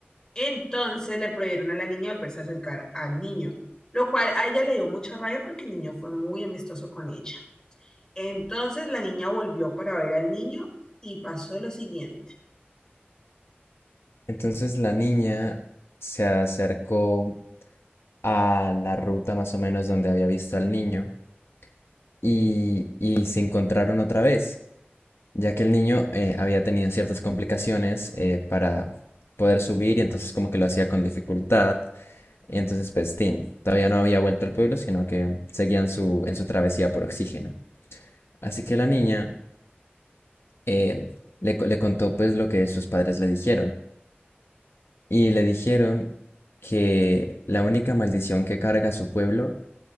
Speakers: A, on the left; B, on the left.
A: Entonces le prohibieron a la niña volverse a acercar al niño, lo cual a ella le dio mucha rabia porque el niño fue muy amistoso con ella. Entonces la niña volvió para ver al niño y pasó lo siguiente.
B: Entonces la niña se acercó a la ruta más o menos donde había visto al niño y, y se encontraron otra vez, ya que el niño eh, había tenido ciertas complicaciones eh, para poder subir y entonces como que lo hacía con dificultad. Y entonces pues Tim todavía no había vuelto al pueblo, sino que seguían su, en su travesía por oxígeno. Así que la niña eh, le, co- le contó pues lo que sus padres le dijeron. Y le dijeron que la única maldición que carga su pueblo